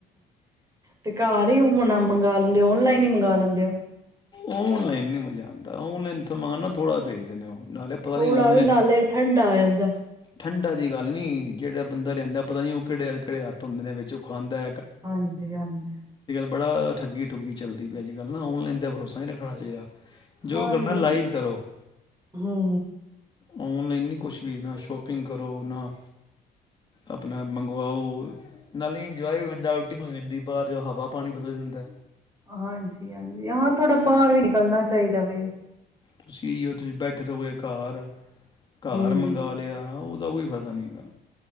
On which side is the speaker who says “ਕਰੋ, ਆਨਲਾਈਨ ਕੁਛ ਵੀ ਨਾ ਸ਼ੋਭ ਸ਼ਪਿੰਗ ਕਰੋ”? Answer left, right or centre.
Left